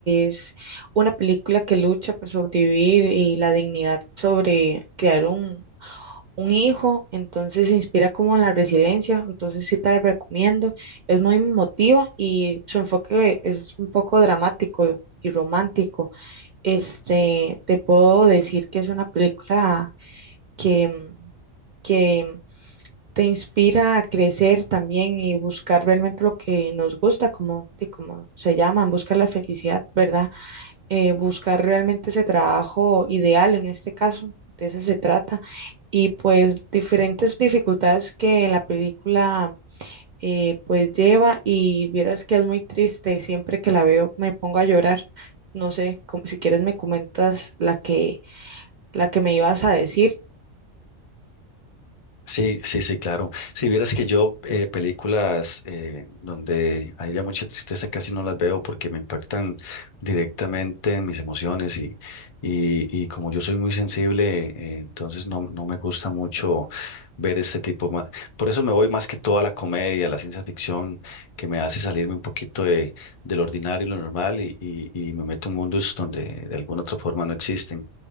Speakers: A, on the right; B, on the left.
A: es una película que lucha por sobrevivir y la dignidad sobre crear un, un hijo, entonces se inspira como en la resiliencia, entonces sí te la recomiendo, es muy emotiva y su enfoque es un poco dramático y romántico. Este, te puedo decir que es una película que que te inspira a crecer también y buscar realmente lo que nos gusta, como, de como se llaman, buscar la felicidad, ¿verdad? Eh, buscar realmente ese trabajo ideal en este caso, de eso se trata. Y pues diferentes dificultades que la película eh, pues lleva y vieras que es muy triste, siempre que la veo me pongo a llorar. No sé, como- si quieres me comentas la que, la que me ibas a decir
B: Sí, sí, sí, claro. Si vieras que yo eh, películas eh, donde haya mucha tristeza casi no las veo porque me impactan directamente en mis emociones y, y, y como yo soy muy sensible, eh, entonces no, no me gusta mucho ver este tipo. ma- Por eso me voy más que toda la comedia, la ciencia ficción, que me hace salirme un poquito de, de lo ordinario y lo normal y, y, y me meto en mundos donde de alguna otra forma no existen.